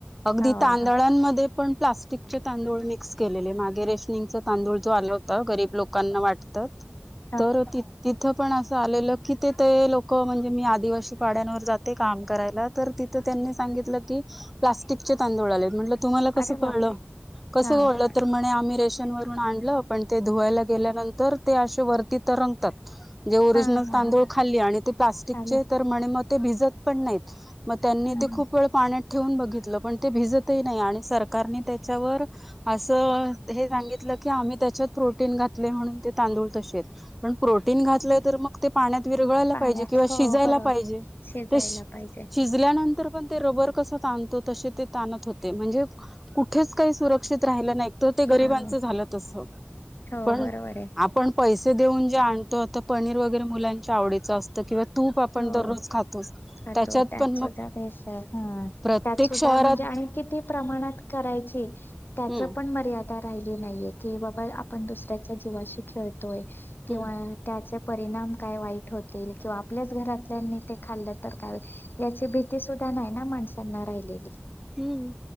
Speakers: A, in the centre; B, on the left.
A: अगदी
B: हो
A: तांदळांमध्ये
B: हो
A: पण प्लास्टिकचे तांदूळ मिक्स केलेले मागे रेशनिंगचा तांदूळ जो आला होता गरीब लोकांना वाटतं.
B: <inaudible>
A: तर ति तिथं पण अस झालेलं कि तिथ ते लोक म्हणजे मी आदिवासी पाहड्यांवर जाते काम करायला. तर तिथं त्यांनी सांगितलं की प्लास्टिक चे तांदूळ आले म्हटल तुम्हाला कसं
B: अरे बापरे!
A: कळलं, कसं
B: हां,
A: ओळख तर म्हणे आम्ही रेशन वरून आणलं पण ते धुवायला गेल्यानंतर ते असे वरती तरंगतात. जे ओरिजिनल
B: हां, हां,
A: तांदूळ
B: हां,
A: खाल्ली आणि ते प्लास्टिकचे
B: खाली
A: तर म्हणे मग ते भिजत पण नाहीत. मग त्यांनी
B: हां,
A: ते खूप वेळ पाण्यात ठेवून बघितलं पण ते भिजतही नाही आणि सरकारने त्याच्यावर असं हे सांगितलं की आम्ही त्याच्यात प्रोटीन घातले म्हणून ते तांदूळ तसे आहेत. पण प्रोटीन घातलंय तर मग ते पाण्यात विरगळाला
B: पाण्यात
A: पाहिजे किंवा
B: हो
A: शिजायला
B: बरोबर.
A: पाहिजे.
B: शिजायला पाहिजे.
A: <unintelligible> शिजल्यानंतर पण ते रबर कस ताणतो तसे ते ताणत होते म्हणजे कुठेच काही सुरक्षित राहिलं नाही. तर ते गरीबांच
B: हो,
A: झालं तस.
B: हो
A: पण
B: बरोबर आहे.
A: आपण पैसे देऊन जे आणतो तो पनीर वगैरे मुलांच्या आवडीचं असतं किंवा तूप आपण
B: हो,
A: दररोज खातोच
B: खातो
A: त्याच्यात
B: त्यात
A: पण
B: सुद्धा
A: मग.
B: भेसळ हां.
A: प्रत्येक
B: त्यात सुद्धा
A: शहरात
B: म्हणजे आणि किती प्रमाणात करायचे त्याचं
A: हम्म
B: पण मर्या दा राहिली नाहीये की बाबा आपण दुसऱ्याच्या जीवाशी खेळतोय किंवा
A: हम्म
B: त्याचे परिणाम काय वाईट होतील किंवा आपल्याच घरातल्यांनी ते खाल्लं तर काय याची भीती सुद्धा नाही ना माणसांना राहिलेली.
A: हंम्,